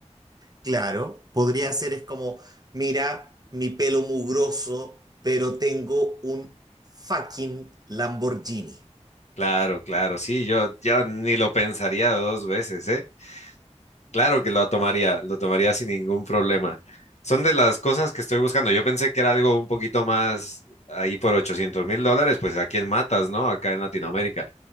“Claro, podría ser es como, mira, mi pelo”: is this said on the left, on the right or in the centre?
Right